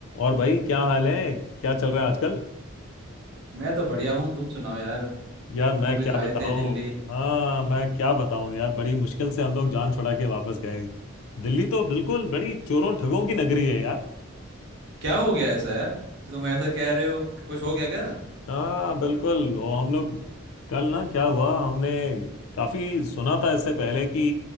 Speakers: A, on the left; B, on the right.
A: और भाई क्या हाल है क्या चल रहा है आजकल
B: मैं तो बढ़िया हूँ तुम सुनाओ यार
A: यार मैं
B: तुम अभी
A: क्या बताऊं
B: आए थे दिल्ली
A: हाँ मैं क्या बताऊं यार बड़ी मुश्किल से हम लोग जान छुड़ा के वापस गए दिल्ली तो बिल्कुल बड़ी चोरों ठगों की नगरी है यार
B: क्या हो गया ऐसा यार तुम ऐसा कह रहे हो कि कुछ हो गया क्या
A: हाँ बिल्कुल वो हम लोग कल ना क्या हुआ हमने काफी सुना था इससे पहले कि